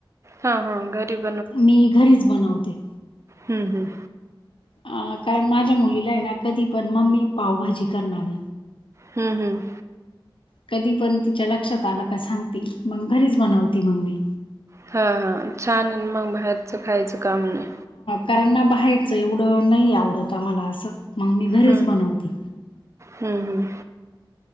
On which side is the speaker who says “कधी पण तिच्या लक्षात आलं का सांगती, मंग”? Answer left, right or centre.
Left